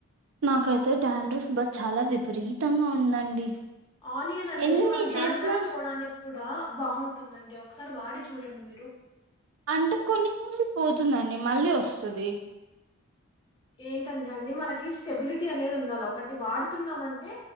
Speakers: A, on the right; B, on the left.
A: నాకైతే డాండ్రిఫ్ బ చాలా విపరీతంగా ఉందండి
B: ఆనియన్ అనేది
A: ఎన్ని
B: మనం
A: చేసినా
B: డాండ్రఫ్ పోవడానికి కూడా బాగుంటుందండి ఒకసారి వాడి చూడండి మీరు
A: అంటే కొన్ని రోజులు పోతుందండి మళ్ళీ వస్తుంది
B: ఏంటంటే అండి మనకి స్టెబిలిటీ అనేది ఉండాలి ఒకటి వాడుతున్నామంటే